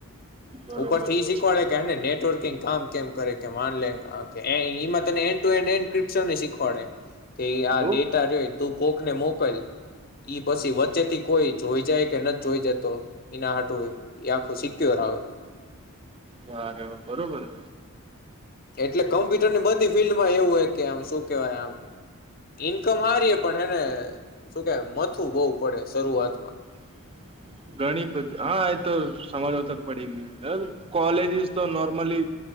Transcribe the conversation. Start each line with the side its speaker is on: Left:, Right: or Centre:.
Right: બરોબર
Left: ઉપર થી
Right: બરોબર
Left: ઈ શીખવાડે કેને નેટ નેટવર્કિંગ કામ કેમ કરે કે મા લે ટ્રપ્ન શીખવાડે તે આ
Right: એવું
Left: ડેટા જોય તું કોક ને મોકલલ ઈ પછી વચ્ચે થી કોઈ જોઈ જાય કે ન જોઈ જાય તો એના હટું આખું સીખ્યું આવે
Right: વા બરોબર
Left: એટલે કમ્પ્યુટર ની બધી ફિલ્ડમાં એવું હોય કે આમ શું કેવાય આમ ઈન્કમ હારીએ પણ હને શું કે મથું બહુ પડે શરૂઆતમાં
Right: હમ ઘણી બધી હા એ તો સમાજો તક પડીે ગઈ કોલેજસ તો નોર્મલી